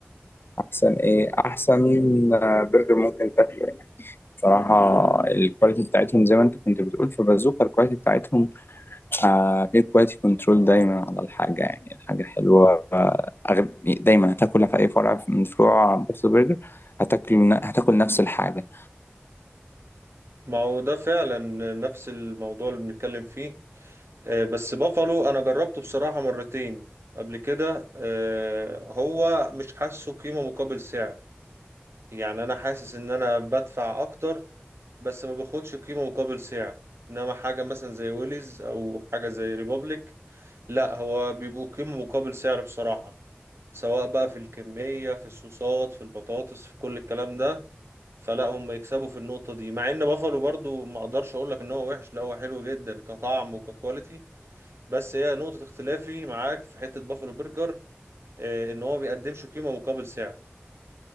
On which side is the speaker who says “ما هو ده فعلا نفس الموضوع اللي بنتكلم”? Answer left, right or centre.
Right